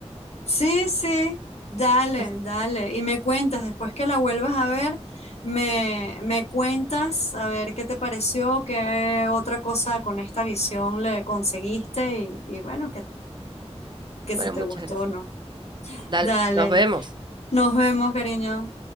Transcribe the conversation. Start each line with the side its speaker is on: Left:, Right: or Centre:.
Left: Sí, sí, dale,
Right: Así-
Left: dale. Y me cuentas, después que la vuelvas a ver, me, me cuentas a ver qué te pareció, qué otra cosa con esta visión le conseguiste y, y bueno, que, que
Right: Bueno,
Left: si te
Right: muchas
Left: gustó
Right: gracias.
Left: o no.
Right: Dale,
Left: Dale,
Right: nos vemos.
Left: nos vemos, cariño.